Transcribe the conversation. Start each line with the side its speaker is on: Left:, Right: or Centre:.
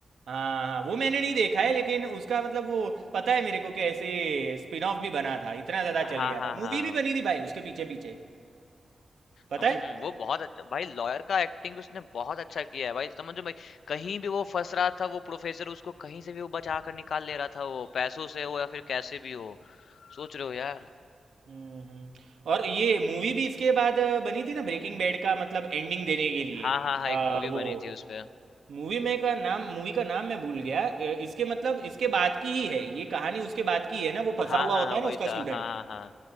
Right: हाँ हाँ वो मैंने नहीं देखा है लेकिन उसका मतलब वो पता है मेरे को कि ऐसे स्पिन ऑफ भी बना था इतना ज़्यादा चल
Left: हाँ
Right: गया
Left: हाँ
Right: था मूवी
Left: हाँ
Right: भी बनी थी भाई उसके पीछे पीछे पता
Left: हम
Right: है
Left: हम्म वो बहुत अच्छा भाई लॉयर का एक्टिंग उसने बहुत अच्छा किया है भाई समझो भाई कहीं भी वो फंस रहा था वो प्रोफेसर उसको कहीं से भी वो बचा कर निकाल ले रहा था वो पैसों से हो या फिर कैसे भी हो सोच रहे हो यार
Right: हम्म हम्म। और ये मूवी भी इसके बाद अ, बनी थी ना ब्रेकिंग बैड का मतलब एंडिंग देने के लिए
Left: हाँ हाँ हाँ
Right: अ,
Left: एक मूवी
Right: वो
Left: बनी थी उस पे
Right: मूवी में का नाम मूवी का नाम मैं भूल गया अ, इसके मतलब इसके बाद की ही है ये कहानी उसके बाद की है ना वो फंसा
Left: हाँ
Right: हुआ
Left: हाँ
Right: होता
Left: हाँ
Right: है
Left: वही
Right: ना उसका
Left: था
Right: स्टूडेंट
Left: हाँ हाँ हाँ